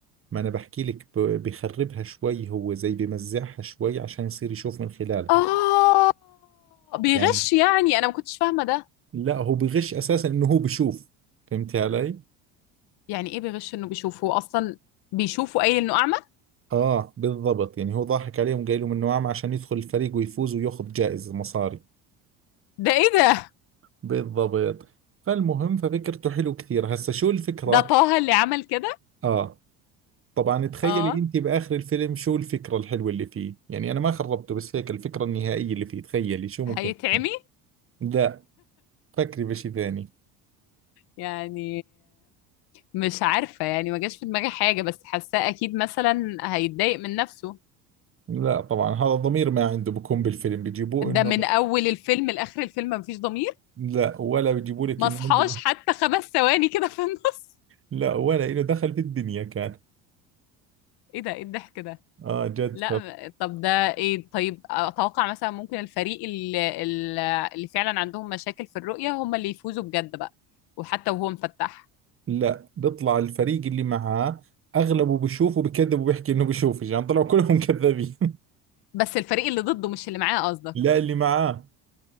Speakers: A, on the right; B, on the left.
A: ما أنا بحكي لك ب... بخربها شوي هو زي بمزعها شوي عشان يصير يشوف من خلالها
B: اه بيغش
A: يعني
B: يعني انا ما كنتش فاهمة ده
A: لا هو بغش أساسا إنه هو بشوف فهمتي علي؟
B: يعني ايه بيغش انه بيشوفه اصلا بيشوفه قايل انه اعمى
A: اه بالضبط يعني هو ضاحك عليهم قايل لهم انه عام عشان يدخل الفريق ويفوز وياخذ جائزة مصاري
B: ده ايه ده
A: بالضبط فالمهم ففكرته حلو كثير هسا شو الفكرة
B: ده طه اللي عمل كده
A: اه طبعا تخيلي
B: اه
A: انت باخر الفيلم شو الفكرة الحلوة اللي فيه يعني انا ما خربته بس هيك الفكرة النهائية اللي فيه تخيلي شو ممكن
B: هيتعمي
A: تكون لا فكري بشي ثاني
B: يعني مش عارفة يعني ما جاش في دماغي حاجة بس حاساه أكيد مثلا هيتضايق من نفسه
A: لا طبعا هذا الضمير ما عنده بكون بالفيلم بيجيبوه
B: ده
A: انه
B: من أول الفيلم لآخر الفيلم مفيش ضمير
A: لا ولا بيجيبوا لك
B: ما
A: انه
B: صحاش
A: عنده
B: حتى خمس ثواني كده في النص
A: لا ولا انه دخل في الدنيا كان
B: إيه ده إيه الضحك ده
A: اه جد
B: لا م- طب ده إيه طيب أتوقع مثلا ممكن الفريق اللي, اللي فعلا عندهم مشاكل في الرؤية هم اللي يفوزوا بجد بقى وحتى وهو مفتح
A: لا بيطلع الفريق اللي معاه اغلبه بيشوفه بكذب وبيحكي انه بيشوف يعني طلعوا كلهم كذابين
B: بس الفريق اللي ضده مش اللي معاه قصدك
A: <laughs> لا اللي معاه